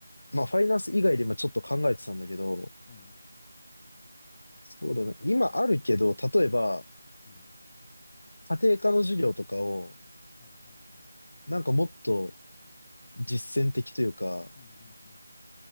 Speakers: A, on the left (about 75°); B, on the left (about 15°).
A: まあファイナンス以外で今ちょっと考えてたんだけど、
B: うん、
A: そうだね。今あるけど、例えば
B: うん。
A: 家庭科の授業とかを、
B: はいはいはい。
A: なんかもっと実践的というか、
B: うんうんうん。